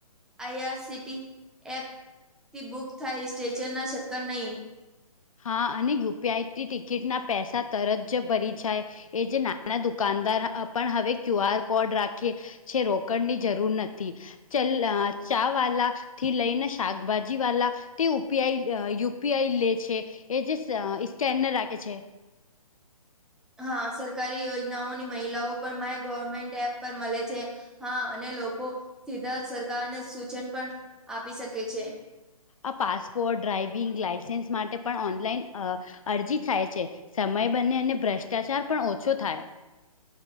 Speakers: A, in the centre; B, on the left (about 60°).
A: આઈઆરસીટી એપ- - થી બુક થાય સ્ટેશન ના ચક્કર નહીં.
B: હા અને યુપીઆઈથી ટિકિટના પૈસા તરત જ ભરી જાય. એ જે નાના દુકાનદાર પણ હવે ક્યુ આર કોડ રાખીએ- - છે રોકણની જરૂર નથી. ચ ચા વાલા થી લઈને શાકભાજી વાલા- - તે પીઆઈ યુપીઆઈ લે છે એ જે સ્કેનર રાખે છે.
A: હા સરકારી યોજનાઓની મહિલાઓ પણ માય ગવર્મેન્ટ એપ પર મળે છે. હા અને લોકો સીધા સરકારને સૂચન પણ આપી શકે છે.
B: આ પાસપોર્ટ ડ્રાાઈવિંગ લાાઈસન્સ માટે પણ ઓનલાઈન અ અરજી થાય છે. સમય બને અને ભ્રષ્ટાચાર પણ ઓછો થાય.